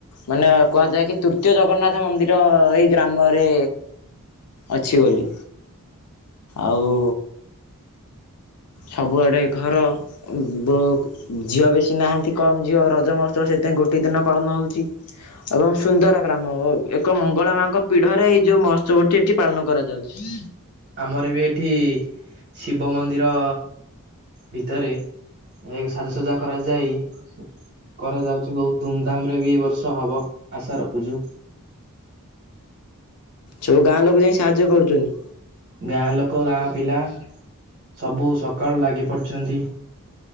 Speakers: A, on the left; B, on the right.
A: ମାନେ କୁହାଯାଏ କି ତୃତୀୟ ଜଗନ୍ନାଥ ମନ୍ଦିର ଏଇ ଗ୍ରାମରେ ଅଛି ବୋଲି,
B: ଓହୋ।
A: ଆଉ ସବୁଆଡ଼େ ଘର ବ ଝିଅ ବେଶି ନାହାନ୍ତି କମ୍ ଝିଅ ରଜ ମହୋତ୍ସବ ସେଥିପାଇଁ ଗୋଟେ ଦିନ ପାଳନ ହଉଚି। ଏବଂ ସୁନ୍ଦର ଗ୍ରାମ ଏକ ମଙ୍ଗଳା ମାଙ୍କ ପିଢରେ ଏଇ ଯୋଉ ମହୋତ୍ସବଟି ଏଠି ପାଳନ କରାଯାଉଚି।
B: ଆମର ବି ଏଠି ଶିବ ମନ୍ଦିର ଭିତରେ ଏ ସାଜସଜା କରାଯାଇ କରାଯାଉଚି ବହୁତ୍ ଧୁମଧାମ୍ ରେ ବି ଏ ବର୍ଷ ହବ ଆଶା ରଖୁଚୁ।
A: ସବୁ ଗାଁ ଲୋକ ଯାଇଁ ସାହାଯ୍ୟ କରୁଚନ୍ତି?
B: ଗାଁ ଲୋକ ଗାଁ ପିଲା ସବୁ ସକାଳୁ ଲାଗି ପଡ଼ିଛନ୍ତି।